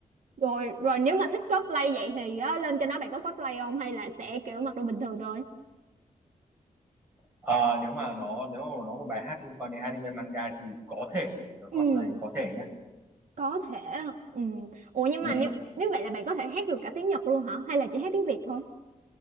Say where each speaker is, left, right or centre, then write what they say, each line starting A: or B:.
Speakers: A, on the right (about 70°); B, on the right (about 15°).
A: rồi rồi nếu mà thích cosplay vậy thì á, lên cho nó bạn có cosplay không hay là sẽ kiểu mặc đồ bình thường thôi
B: Ờ, nếu mà nó nếu mà nó một bài hát liên quan đến anime manga thì có thể tớ cosplay
A: ừ
B: có thể nhé
A: có thể ừ ủa nhưng
B: ừ.
A: mà nếu nếu vậy là bạn có thể hát được cả tiếng Nhật luôn hả hay là chỉ hát tiếng Việt thôi